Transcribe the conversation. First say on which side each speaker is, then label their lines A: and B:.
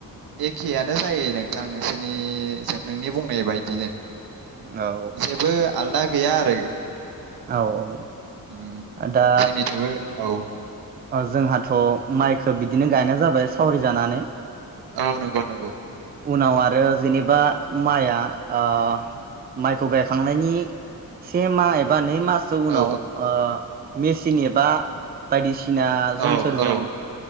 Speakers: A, on the right; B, on the right.
A: एखेयानो जायो नोंथां नोंसोरनिजों नोंनि बुंनाय बायदिनो।
B: औ
A: जेबो आलदा गैया आरो
B: औ ओ
A: उम
B: दा
A: जोंनिथिंबो औ
B: ओ जोंहाथ' माइखो बिदिनो गायनाय जाबाय सावरि जानानै।
A: औ नंगौ नंगौ
B: उनाव आरो जेनेबा माइआ ओ माइखौ गायखांनायनि से मा एबा नै मासो उनाव
A: औ
B: ओ मेसिन एबा बायदिसिना ना
A: औ
B: जन्थोरजों
A: औ